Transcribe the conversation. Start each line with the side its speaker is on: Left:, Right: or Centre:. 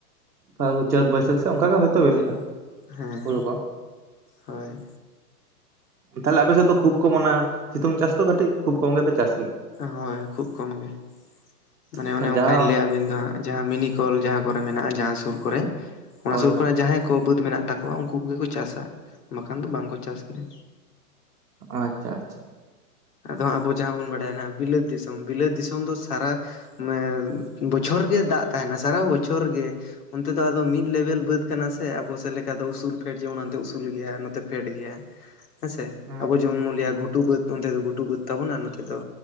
Centre: ᱯᱷ <inaudible> ᱪᱟᱹᱛ ᱵᱟᱹᱭᱥᱟᱹᱠᱷ ᱥᱮ ᱚᱱᱠᱟᱜᱮ ᱦᱚᱳᱭᱛᱳ ᱵᱤᱞᱤᱜᱼᱟ᱾
Left: ᱦᱮᱸ
Centre: ᱦᱩᱲᱩ ᱠᱚ
Left: ᱦᱳᱭ
Centre: ᱛᱟᱦᱚᱞᱮ ᱟᱯᱮ ᱥᱮᱫ ᱫᱚ ᱠᱷᱩᱵᱽ ᱠᱚᱢᱚᱱᱟ ᱥᱤᱛᱩᱝ ᱪᱟᱥ ᱫᱚ ᱠᱟᱹᱴᱤᱡ ᱠᱷᱩᱵᱽ ᱠᱚᱢ ᱜᱮᱯᱮ ᱪᱟᱥ
Left: ᱦᱳᱭ ᱠᱷᱩᱵᱽ ᱠᱚᱢ ᱜᱮ ᱢᱟᱱᱮ
Centre: ᱜᱮᱭᱟ
Left: ᱚᱱᱮ ᱚᱱᱠᱟᱧ
Centre: ᱡᱟᱦᱟᱸ
Left: ᱞᱟᱹᱭᱟᱫ ᱵᱤᱱ ᱫᱚ ᱦᱟᱸᱜ᱾ ᱡᱟᱦᱟᱸ ᱢᱤᱱᱤᱠᱚᱞ ᱡᱟᱦᱟᱸ ᱠᱚᱨᱮ ᱢᱮᱱᱟᱜᱼᱟ, ᱡᱟᱦᱟᱸ ᱥᱩᱨ ᱠᱚᱨᱮ, ᱚᱱᱟ
Centre: ᱦᱳᱭ
Left: ᱥᱩᱨ
Centre: ᱦᱳᱭ
Left: ᱠᱚᱨᱮ ᱡᱟᱦᱟᱸᱭ ᱠᱚ ᱵᱟᱹᱫᱽ ᱢᱮᱱᱟᱜ <unintelligible> ᱛᱟᱠᱚᱣᱟ ᱩᱱᱠᱩ ᱠᱚᱜᱮ ᱠᱚ ᱪᱟᱥᱟ, ᱵᱟᱠᱷᱟᱱ ᱫᱚ ᱵᱟᱝᱠᱚ ᱪᱟᱥ ᱜᱮᱭᱟ᱾
Centre: ᱟᱪᱪᱷᱟ, ᱟᱪᱪᱷᱟ᱾
Left: ᱟᱫᱚᱜ ᱟᱵᱚ ᱡᱟᱦᱟᱸ ᱵᱚᱱ ᱵᱟᱲᱟᱭᱟ ᱱᱟᱦᱟᱸᱜ ᱵᱤᱞᱟᱹᱛ ᱫᱤᱥᱚᱢ, ᱵᱤᱞᱟᱹᱛ ᱫᱤᱥᱚᱢ ᱫᱚ ᱥᱟᱨᱟ ᱢᱮ ᱵᱚᱪᱷᱚᱨ ᱜᱮ ᱫᱟᱜ ᱛᱟᱦᱮᱱᱟ ᱥᱟᱨᱟ ᱵᱚᱪᱷᱚᱨ ᱜᱮ᱾ ᱚᱱᱛᱮ ᱫᱚ ᱟᱫᱚ ᱢᱤᱫ ᱞᱮᱵᱮᱞ ᱵᱟᱹᱫ ᱠᱟᱱᱟ ᱥᱮ, ᱟᱵᱚ ᱥᱮᱫ ᱞᱮᱠᱟ ᱫᱚ ᱩᱥᱩᱞ ᱯᱷᱮᱰ ᱡᱮᱢᱚᱱ ᱚᱱᱛᱮ ᱩᱥᱩᱞ ᱜᱮᱭᱟ ᱱᱚᱛᱮ ᱯᱷᱮᱰ ᱜᱮᱭᱟ᱾
Centre: <unintelligible> <inaudible>
Left: ᱦᱮᱸᱥᱮ,
Centre: ᱦᱩᱸ
Left: ᱟᱵᱚ
Centre: ᱦᱩᱸ
Left: ᱡᱮᱢᱚᱱ ᱵᱚᱱ ᱞᱮᱭᱟ ᱜᱷᱴᱩ ᱵᱟᱹᱫ ᱚᱱᱛᱮ ᱫᱚ ᱜᱷᱩ ᱜᱷᱩᱴᱩ ᱵᱟᱹᱫᱽ ᱛᱟᱵᱚᱱ ᱟᱨ ᱱᱚᱛᱮ ᱫᱚ,